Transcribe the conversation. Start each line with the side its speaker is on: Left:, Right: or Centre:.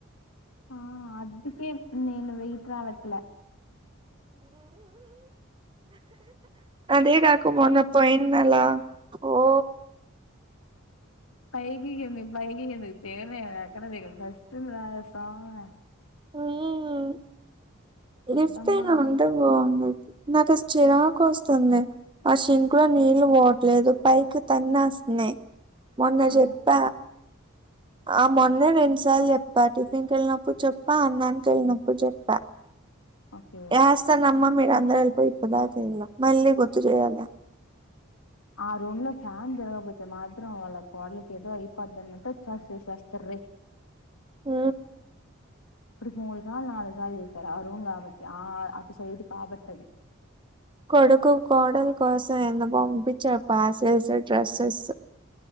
Left: ఆ అందుకే నేను వెట్ రావట్లే
Right: అదేగక మొన్న పోయిన నెల ఓ
Left: పైకి కిందికి పైకి కిందికి త్ ఎక్కడం దిగడం సస్తుంది ర సామీ
Right: మ్
Left: వద్దమ్మా
Right: లిఫ్ట్ అయినా ఉంటే బాగుండు నాకు చిరకు వస్తుంది ఆ సింక్ లో నీళ్లు పోట్లేదు పైకి తన్నేస్ స్ మొన్న
Left: ఆ
Right: చెప్ప ఆ మొన్నే రెండుసార్లు చెప్పా టిఫిన్కి వెళ్ళినప్పుడు చెప్ప అన్నానికి వెళ్ళినప్పుడు చెప్పా
Left: ఓకే
Right: ఎస్తనమ్మ మీరందరు ఎల్లిపోయి ఇప్పుదాక ఎయలే మళ్ళీ గుర్తు చేయాల్ల
Left: ఆ రూమ్ లో ఫ్యాన్ తిరగకపోతే మాత్రం వాళ్ళ కోడలుకు ఏదో అయిపోద్న్నట్టు చేసేస్తార్రోయ్
Right: మ్
Left: ఇప్పటికి మూడు సార్ నాలుగు సార్ చేసారు ఆ రూమ్ కాబట్టి ఆ అటు సైడ్ కాబట్టది
Right: కొడుకు కోడలు కోసం ఎందో పంపించారు పార్సెల్స్ డ్రెస్సెస్